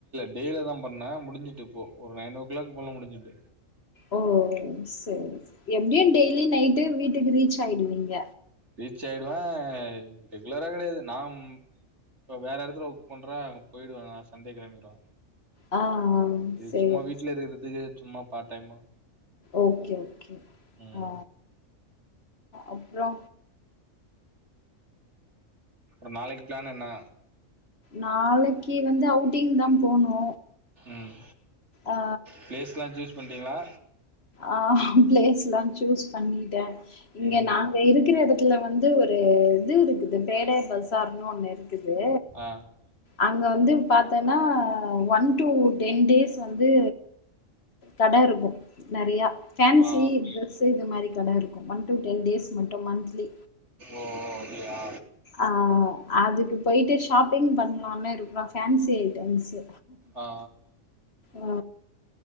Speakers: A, on the right (about 55°); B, on the left (about 50°).
A: டெய்லி அதா பண்ணே முடிஞ்சிட்டிப்போ ஒரு நைன் ஓ க்ளாக் போல முடிஞ்சிட்டு
B: ஓ சேரி எப்டியு டெய்லி நைட்டு வீட்டுக்கு ரீச்சாய்டுவீங்க
A: ரீச்சாய்டுவே ரெகுலரா கெடயாது நா இப்ப வேற எடத்துல ஒர்க் பண்றே அங்க போய்டுவே நா சண்டே கெளம்பிடுவே
B: ஆ ஆ
A: இது
B: சேரி
A: சும்மா வீட்லருக்றதுக்கு சும்மா பார்ட் டைமா
B: ஓகே ஓகே
A: ம்
B: ஆ அப்றோ
A: ப்றோ நாளைக்கு பிளான் என்ன
B: நாளைக்கி வந்து அவுட்டிங் தா போனு
A: ம்
B: ஆ
A: ப்ளேஸ்லா சூஸ் பண்ட்டீங்களா
B: ஆ பிளேஸ்லா சூஸ் பண்ணிட்டே இங்க
A: ம்
B: நா இருக்குற எடத்துல வந்து ஒரு இது இருக்குது பேடே பஜார்னு ஒன்னு இருக்குது
A: ஆ
B: அங்க வந்து பாத்தன்னா ஒன் டூ டென் டேஸ் வந்து கட இருக்கு நெறயா ஃபேன்சி
A: ஆ
B: ட்ரெஸ்ஸு இது மாரி கடருக்கு ஒன் டூ டென் டேஸ் மட்டு மன்த்லி
A: ஓ அப்டியா
B: ஆ அதுக்கு போய்ட்டு ஷாப்பிங் பண்லானு இருக்றோ ஃபேன்சி ஐட்டம்ஸூ
A: ஆ
B: ஆ